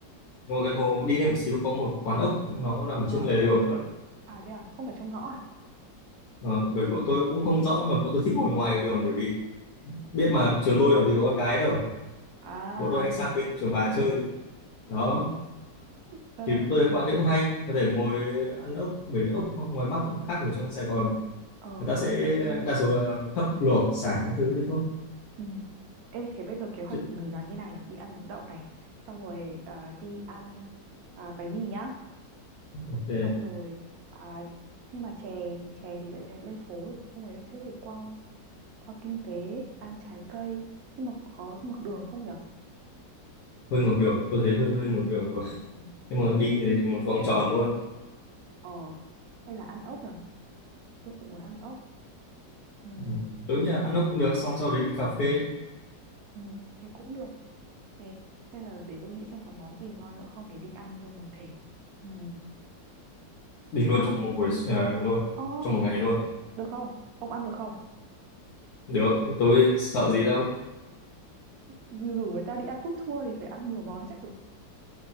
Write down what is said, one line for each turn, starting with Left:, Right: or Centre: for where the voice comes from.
Left: Ngồi gần hồ đi lên một xíu có một quán ốc nó nằm
Right: Ngõ
Left: trên lề
Right: gì
Left: đường
Right: à?
Left: luôn.
Right: À thế à? Không phải trong ngõ à?
Left: Ờ, bởi vì bọn tôi cũng không rõ mà bọn tôi thích ngồi ngoài đường bởi vì biết mà trường tôi làm gì có con gái đâu.
Right: À
Left: Bọn tôi hay sang bên trường bà chơi. Đó.
Right: <laughs>
Left: Thì tôi thấy quán đấy cũng hay. Có thể ngồi ăn ốc. Bởi vì ốc ngoài Bắc cũng khác ở trong Sài Gòn.
Right: ờ
Left: Người ta sẽ
Right: công nhận công nhận
Left: đa số là hấp luộc, xả các thứ thế thôi.
Right: Ừ. Ê, thế bây giờ kế hoạch
Left: Chứ-
Right: của mình là như nào nhỉ? Đi ăn bún đậu này, xong rồi à, đi ăn à, bánh mì nhá,
Left: Ok,
Right: xong rồi à, nhưng mà chè chè thì lại chạy lên phố thì cũng không phải đâu. Thế thì qua qua kinh tế ăn trái cây, nhưng mà có ngược đường không nhỉ?
Left: hơi ngược đường. Tôi thấy hơi hơi ngược đường
Right: Ừ.
Left: nhưng mà đi
Right: Thế thì
Left: như thế một vòng tròn luôn
Right: ờ hay là ăn ốc nhỉ? Tôi cũng muốn ăn ốc. Ừ.
Left: ừ. tôi nghĩ là
Right: Còn
Left: ăn ốc cũng được xong sau đấy đi cà phê
Right: ừ, thế cũng được. Ê, thế là để tôi nghĩ xem có món gì ngon nữa không để đi ăn luôn một thể. Ừ.
Left: đi luôn
Right: À,
Left: trong một buổi à, luôn
Right: ơ,
Left: trong một ngày luôn
Right: được không? Ông ăn được không?
Left: được tôi sợ gì đâu
Right: rủ người ta đi ăn food tour thì phải ăn nhiều món chứ